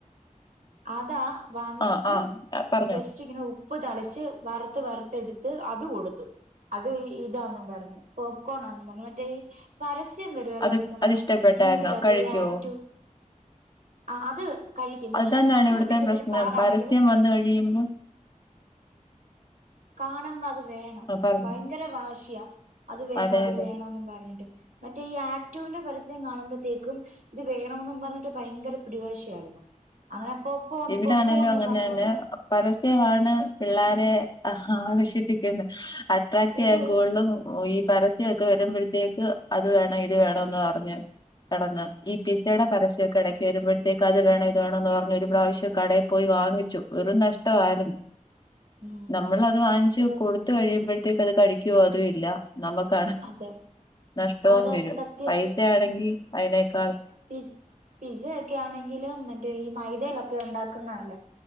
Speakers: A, on the right (about 75°); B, on the left (about 30°).
A: അതാ വാങ്ങിച്ചിട്ട്
B: ആഹ് ആഹ് പറഞ്ഞോ
A: ജസ്റ്റ് ഇങ്ങനെ ഉപ്പ് തളിച്ച് വറുത്ത് വറുത്ത് എടു ത്ത് അത് കൊടുത്തു അത് ഇതാണെന്നും പറഞ്ഞ് പോപ്കോണാന്നും പറഞ്ഞ് മറ്റേ ഈ പരസ്യം വരുമല്ലോ
B: അത്
A: നമ്മുടെ
B: അതിഷ്ടപ്പെട്ടായിരുന്നോ
A: ടി വിയിലൊക്കെ
B: കഴിക്കോ
A: ഈ ആക്റ്റീവ് ആഹ് അത് കഴിക്കും പക്ഷെ
B: അത് തന്നെയാണ്
A: കച്ചു
B: ഇവിടുത്തെ
A: കുട്ടിയ്ക്ക്ച്ചിരി
B: പ്രശ്നം
A: പാടാണെങ്കും
B: പരസ്യം വന്ന് കഴിയുമ്പോ
A: കാണ്പോ അത് വേണം
B: ആഹ് പറഞ്ഞോ
A: ഭയങ്കര വാശിയാ അത് വേണം
B: അതെ
A: അത്
B: അതെ
A: വേണംന്ന് പറഞ്ഞിട്ട് മറ്റേ ഈ ആക്ടീവിന്റെ പരസ്യം കാണുമ്പോത്തേക്കും ഇത് വേണംന്നും പറഞ്ഞിട്ട് ഭയങ്കര പിടിവാശിയായിരുന്നു അങ്ങനെപ്പോ പോൺ
B: ഇവിടാണേലും
A: പോ പോന്ന്
B: അങ്ങനെ
A: പറഞ്ഞോണ്ട്
B: തന്നെ പരസ്യമാണ് പിള്ളേരെ ആകർഷിപ്പിക്കുന്നത് അട്രാക്ട് ചെയ്യാൻ
A: ഇത്
B: ഗോളും ഓഹ് ഈ പരസ്യൊക്കെ വരുംമ്പഴത്തേക്ക് അത് വേണം ഇത് വേണംന്ന് പർഞ്ഞ് കെടന്ന്. ഈ പിസ്സേടെ പരസ്യൊക്കെ എടയ്ക്ക് വരുംമ്പഴത്തേക്ക് അത് വേണം ഇത് വേണംന്ന് പർഞ്ഞ് ഒരു പ്രാവശ്യ ശ്യം കടേപോയി വാങ്ങിച്ചു. വെറും നഷ്ടവായിര്ന്ന്.
A: ഉം
B: നമ്മളത് വാങ്ങിച്ച്
A: ഈ
B: കൊട് ത്ത് കഴിയുമ്പഴത്തേക്ക് അത് കഴിക്കോ അതും ഇല്ല. നമക്കാണ്
A: അതെ
B: നഷ്ടോം
A: അതെ
B: വരും.
A: സത്യം
B: പൈസയാണെങ്കി അതിനേക്കാളും.
A: പിസ് പിസ്സ യൊക്കെയാണെങ്കില് മറ്റേ ഈ മൈദേലൊക്കെ ഉണ്ടാക്കുന്നാല്ലേ.